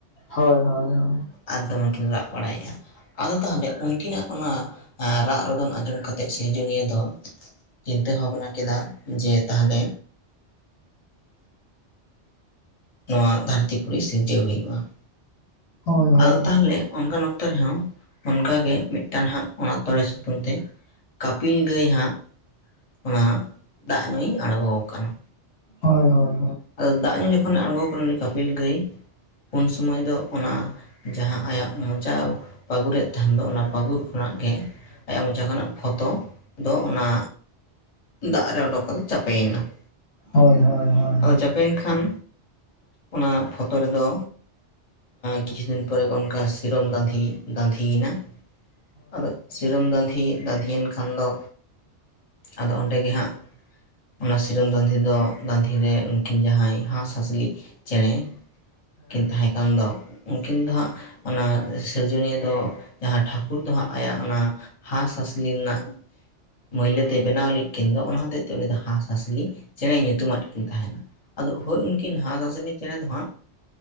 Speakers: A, on the left (about 65°); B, on the left (about 35°).
A: ᱦᱳᱭ ᱦᱳᱭ ᱦᱳᱭ,
B: ᱟᱨ ᱫᱚᱢᱮ ᱠᱤᱱ ᱨᱟᱜ ᱵᱟᱲᱟᱭᱮᱜ-ᱟ, ᱟᱫᱚ ᱛᱟᱦᱚᱞᱮ ᱩᱱᱠᱤᱱᱟᱜ ᱚᱱᱟ ᱨᱟᱜ ᱨᱚᱫᱷᱚᱱ ᱟᱸᱡᱚᱢ ᱠᱟ ᱛᱮᱫ ᱥᱤᱨᱡᱚᱱᱤᱭᱟᱹ ᱫᱚ ᱪᱤᱱᱛᱟᱹ ᱵᱷᱟᱵᱽᱱᱟ ᱠᱮᱫᱟ, ᱡᱮ ᱛᱟᱦᱚᱞᱮ ᱱᱚᱣᱟ ᱫᱷᱟᱹᱨᱛᱤ ᱯᱩᱨᱤ ᱥᱤᱨᱡᱟᱹᱣ ᱦᱩᱭᱩᱜ-ᱟ ᱾
A: ᱦᱳᱭ ᱦᱳᱭ,
B: ᱟᱫᱚ ᱛᱟᱦᱚᱞᱮ ᱚᱱᱠᱟᱱ ᱚᱠᱛᱚ ᱨᱮ ᱦᱚᱸ ᱚᱱᱠᱟᱜᱮ ᱢᱤᱫᱴᱟᱱ ᱦᱟᱸᱜ ᱚᱱᱟ ᱛᱚᱸᱲᱮ ᱥᱩᱛᱟᱹᱢ ᱛᱮ, ᱠᱟᱯᱤᱞ ᱜᱟᱹᱭ ᱦᱟᱸᱜ ᱚᱱᱟ ᱫᱟᱜ ᱧᱩᱭ ᱟᱬᱜᱚ ᱟᱠᱟᱱᱟ᱾
A: ᱦᱳᱭ ᱦᱳᱭ,
B: ᱟᱫᱚ ᱫᱟᱜ ᱧᱩ ᱡᱚᱠᱷᱚᱱᱮ ᱟᱬᱜᱚ ᱟᱠᱟᱱᱟ ᱩᱱᱤ ᱠᱟᱯᱤᱞ ᱜᱟᱹᱭ ᱩᱱ ᱥᱩᱢᱟᱹᱭ ᱫᱚ ᱚᱱᱟ, ᱡᱟᱦᱟᱸ ᱟᱭᱟᱜ ᱢᱚᱪᱟ ᱯᱟᱹᱜᱩᱨᱮᱫ ᱛᱟᱦᱮᱱ ᱫᱚ ᱚᱱᱟ ᱯᱟᱹᱜᱩᱨ ᱠᱷᱚᱱᱟᱜ ᱜᱮ, ᱟᱭᱟᱜ ᱢᱚᱪᱟ ᱠᱷᱚᱱᱟᱜ ᱯᱷᱚᱛᱚ ᱫᱚ ᱚᱱᱟ ᱫᱟᱜ ᱨᱮ ᱚᱰᱳᱠ ᱠᱟᱛᱮ ᱪᱟᱯᱮᱭᱮᱱᱟ ᱾
A: ᱦᱚᱭ ᱦᱚᱭ ᱦᱚᱭ,
B: ᱪᱟᱯᱮᱭᱮᱱ ᱠᱷᱟᱱ ᱚᱱᱟ ᱯᱷᱚᱛᱳ ᱨᱮ ᱫᱚ, ᱠᱤᱪᱷᱩ ᱫᱤᱱ ᱯᱚᱨᱮ ᱚᱱᱠᱟ ᱥᱤᱨᱚᱢ ᱫᱟᱸᱫᱷᱤ ᱫᱟᱸᱫᱷᱤᱭᱮᱱᱟ ᱟᱫᱚ, ᱥᱤᱨᱚᱢ ᱫᱟᱸᱫᱷᱤ ᱫᱟᱸᱫᱷᱤᱭᱮᱱ ᱠᱷᱟᱱ ᱫᱚ, ᱟᱫᱚ ᱚᱸᱰᱮ ᱜᱮ ᱦᱟᱸᱜ ᱚᱱᱟ ᱥᱤᱨᱚᱢ ᱫᱟᱸᱫᱷᱤ ᱫᱚ ᱫᱟᱸᱫᱷᱤᱨᱮ, ᱩᱱᱠᱤᱱ ᱡᱟᱦᱟᱸᱭ ᱦᱟᱸᱥ-ᱦᱟᱸᱥᱞᱤ ᱪᱮᱸᱬᱮ ᱠᱤᱱ ᱛᱟᱦᱮ ᱠᱟᱱ ᱫᱚ, ᱩᱱᱠᱤᱱ ᱫᱚ ᱦᱟᱸᱜ ᱚᱱᱟ ᱥᱤᱨᱡᱚᱱᱤᱭᱟᱹ ᱫᱚ ᱡᱟᱦᱟᱸ ᱴᱷᱟᱹᱠᱩᱨ ᱫᱚ ᱦᱟᱸᱜ ᱟᱭᱟᱜ ᱚᱱᱟ ᱦᱟᱸᱥ ᱦᱟᱸᱥᱞᱤ ᱨᱮᱱᱟᱜ, ᱢᱟᱹᱭᱞᱟᱹ ᱛᱮᱭ ᱵᱮᱱᱟᱣ ᱞᱮᱫ ᱠᱤᱱ ᱫᱚ ᱚᱱᱟ ᱦᱚᱛᱮᱡ ᱛᱮ ᱩᱱᱤ ᱫᱚ ᱦᱟᱸᱥ ᱦᱟᱸᱥᱞᱤ ᱪᱮᱸᱬᱮ ᱧᱩᱛᱩᱢᱟᱫ ᱠᱤᱱ ᱛᱟᱦᱮᱱᱟ ᱾ ᱟᱫᱚ ᱦᱳᱭ ᱩᱱ ᱠᱤᱱ ᱦᱟᱸᱥ-ᱦᱟᱸᱥᱞᱤ ᱪᱮᱸᱬᱮ ᱫᱚ ᱦᱟᱸᱜ